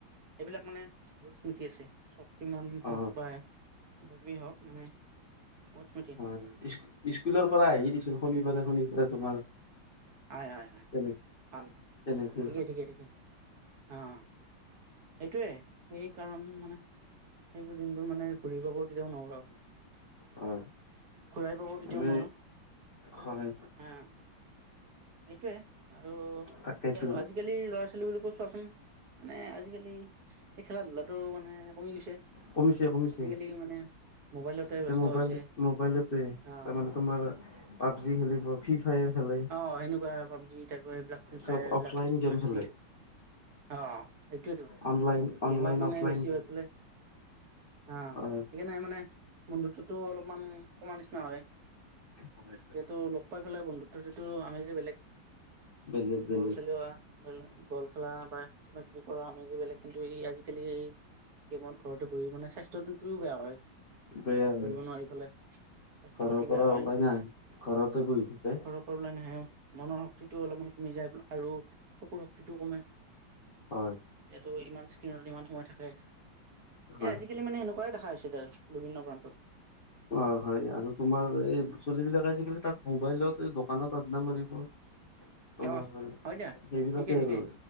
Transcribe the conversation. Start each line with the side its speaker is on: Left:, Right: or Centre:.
Right: সেইবিলাক মানে বহুত স্মৃতি আছে শক্তিমান
Left: অ
Right: হওক বা এইবোৰ যি হওক মানে বহুত স্মৃতি
Left: হয় স্কুলৰ পৰা আহি ছিল শনিবাৰে শনিবাৰে তোমাৰ
Right: হয় হয় হয়
Left: তেনে
Right: ভাল ভাল
Left: তেনেকে
Right: ঠিকে ঠিকে ঠিকে অহ এইটোৱে এই কাৰণ মানে সেইবোৰ দিনবোৰ মানে ঘূৰি পাব কেতিয়াও নোৱাৰো আৰু
Left: হয়
Right: ঘুৰাই পাব কেতিয়াও
Left: মানে
Right: নোৱাৰো
Left: হয়
Right: হা সেইটোৱে আৰু
Left: তাকেতো
Right: এই আৰু আজিকালি ল ল'ৰা ছোৱালী বোৰক চোৱাচোন মানে আজিকালি এই খেলা -ধূলাটো মানে কমি গৈছে
Left: কমিছে কমিছে
Right: আজিকালি মানে মোবাইলতে
Left: এতিয়া
Right: ব্যস্ত
Left: মোবাইল-
Right: হৈছে
Left: মোবাইলতে
Right: অ
Left: তাৰমানানে তোমাৰ পাবজি খেলিব ফ্ৰী ফায়াৰ। খেলে
Right: অহ ', সেনেকুৱা পাবজি তাইপ এইবিলাক ফ্ৰী
Left: চব
Right: ফায়াৰ এইবিলাক
Left: অফলাইন
Right: কিবা
Left: গেম
Right: কিবি।
Left: খেলে
Right: অহ ', সেইটোয়েতো
Left: অনলাইন অনলাইন
Right: গেমত মানে
Left: অফলাইন
Right: বেছি
Left: গেম
Right: হৈ পে অহ
Left: হয়
Right: ', এইনে মানে। মন্ধটো অলপমান কমা নিচিনা হয়।
Left: হয়। হয়।
Right: যিহেতু লোক পাইফলে বন্ধু তাতে তো। আমিজি বেলেগ
Left: বেলেগ বেলেগ
Right: বল খেলো আঁহ। বল খেলা বা কিবা কিবি কৰা আমি যে বেলেগ কিন্তু এই আজিকালি এই গেমত ঘৰতে বহি মানে স্বাস্থ্যটোও বেয়া হয়।
Left: বেয়া
Right: ঘূৰিব
Left: হয়
Right: নোৱাৰি ফালে স্বাস্থ্য
Left: ঘৰৰ
Right: পাতি
Left: পৰা
Right: বেয়া হয়
Left: ওলাই নাই ঘৰতে বহি থাকে।
Right: ৰ লাই নাহেও মনৰ শক্তিটোও অলপমান কমি যায় আৰু চকুৰ শক্তিটোও কমে।
Left: হয়।
Right: এইটো ইমান। স্ক্ৰীণত ইমান সময় থাকে।
Left: হয়
Right: এ আজিকালি
Left: হয়।
Right: মানে সেনেকুৱাই দেখা আছিল আৰু বিভিন্ন প্ৰান্তত।
Left: অহ ', হয় আৰু তোমাৰ এই
Right: উম
Left: ছোৱলিবিলাক আজিকালি তাত মোবাইলত পানত পদ মণিপ তোমাৰ
Right: অ
Left: সেইবিলাকে
Right: হয় দিয়া ঠিকে ঠিকে
Left: আৰু